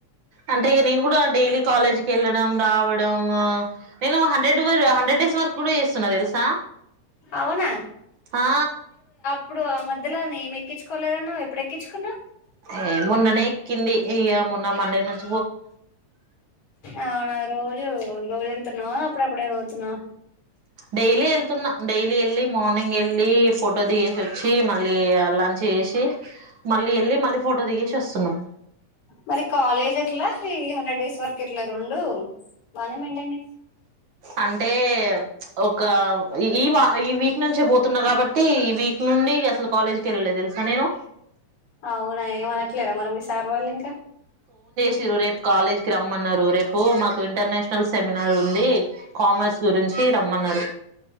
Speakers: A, on the right; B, on the left.
A: అంటే నేను కూడా డైలీ కాలేజ్కి వెళ్ళడం రావడం నేను హండ్రెడ్ హండ్రెడ్ డేస్ వర్ కూడా చేస్తున్నా తెలుసా
B: అవునా
A: హా
B: ఇప్పుడు ఆ మధ్యలో నేమ్ఎక్కించుకోలేదన్నవ్ ఎప్పుడేక్కించుకున్నావ్
A: ఏ మోన్ననే ఎక్కింది. ఇయా మొన్నా మండేనుంచి
B: అవున రోజు రోజు పోతున్నావా అప్పుడప్పుడే పోతున్నావా
A: డైలీ వెళ్తున్నా డైలీ ఎళ్ళి మార్నింగెళ్ళి ఫోటో దిగేసి వచ్చి మళ్ళీ లంచ్ చేసి మళ్ళీ వెళ్ళి మళ్ళీ ఫో ఫోటో దిగేసి వస్తున్నాం.
B: మరి కాలేజ్ ఎట్లా ఈ హండ్రెడ్ డేస్ వర్కు ఎట్లా రెండు బాగానే మెయింట్
A: అంటే ఒక ఈ వా ఈ వీక్ నుంచే పోతున్నా కాబట్టి ఈ వీక్ నుండి అసలు కాలేజ్కి వెళ్ళలేదు. తెలుసా నేను
B: అవునా ఏమనట్లేరా మరి మీ సార్ వాళ్ళు ఇంకా
A: తిరు రేపు కాలేజ్కి రమ్మన్నారు రేపు మాకు ఇంటర్నేషనల్ సెమినార్ ఉంది కామర్స్ గురించ్ కీ రమ్మన్నారు.